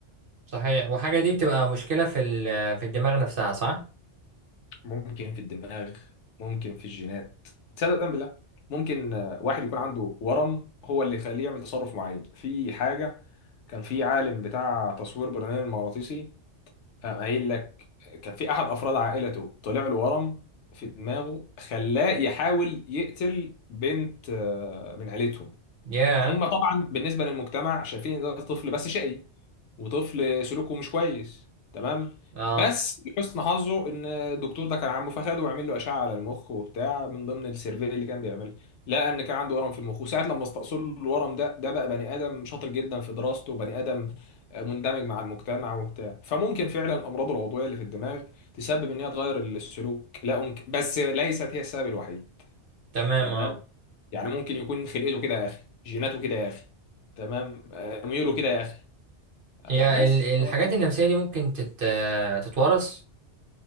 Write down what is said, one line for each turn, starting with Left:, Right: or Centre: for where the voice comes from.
Right: صحيح وحاجة دي بتبقى مشكلة في ال- في الدماغ نفسها صح؟
Left: ممكن في الدماغ ممكن في الجينات تصدق أم بالله ممكن آه، واحد يكون عنده ورم هو اللي يخليه يعمل تصرف معين في حاجه كان في عالم بتاع تصوير برنامج مغناطيسي قام قايل لك كان في احد افراد عائلته طلع له ورم في دماغه خلاه يحاول يقتل بنت آه، من عيلتهم
Right: يا
Left: هما طبعا بالنسبه للمجتمع شايفين ان ده طفل بس شقي وطفل سلوكه مش كويس تمام
Right: اه
Left: بس لحسن حظه ان الدكتور ده كان عمه فخده وعمل له اشعه على المخ وبتاع من ضمن السيرفي اللي كان بيعملها لقى ان كان عنده ورم في المخ وساعه لما استأصل له الورم ده ده بقى بني ادم شاطر جدا في دراسته وبني ادم مندمج مع المجتمع وبتاع فممكن فعلا الامراض العضويه اللي في الدماغ تسبب ان هي تغير السلوك لا أنك... بس ليست هي السبب الوحيد
Right: تمام
Left: تمام
Right: اه
Left: يعني ممكن يكون خلقته كده يا اخي جيناته كده يا اخي تمام آه، ميوله كده يا اخي آه،
Right: هي
Left: بس
Right: ال- الحاجات
Left: هو
Right: النفسية دي ممكن تت... تتورث